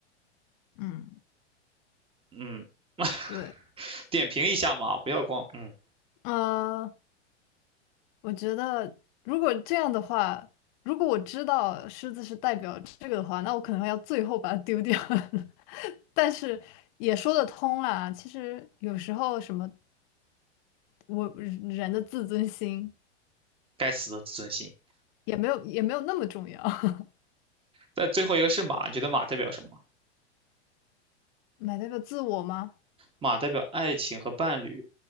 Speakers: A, on the left; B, on the right.
A: 嗯，
B: 嗯，
A: 对，
B: <laughs> 点评一下马，不要光嗯，
A: 呃。我觉得如果这样的话，如果我知道狮子是代表这个的话，那我可能要最后把它丢掉。<laughs> 但是也说得通啦，其实有时候什么我人的自尊心
B: 该死的自尊心。
A: 也没有也没有那么重要，<laughs>
B: 在最后一个是马，你觉得马代表什么？
A: 买代表自我吗？
B: 马代表爱情和伴侣。